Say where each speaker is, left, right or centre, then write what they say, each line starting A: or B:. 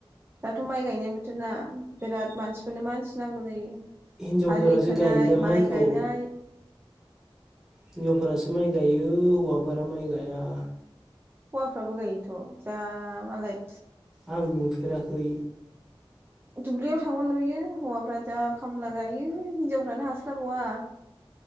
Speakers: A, on the right; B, in the centre.
A: दाथ' माइ गायनाय बोथोर ना बिराद मानसिफोरनो मानसि नांगौ जायो।
B: हिनजावफोरासो
A: आलि खोनाय
B: गायो दा माइखौ
A: माइ गायनाय <inaudible>
B: हिनजावफोरासो माइ गायो हौवाफोरा माइ गाया
A: हौवाफ्राबो गायोथ' जा मालाय
B: आं नुफेराखै
A: दुब्लियाव थांबा नुयो हौवाफ्रा जा खामला गायो हिनजावफ्रानो हास्लाबबावा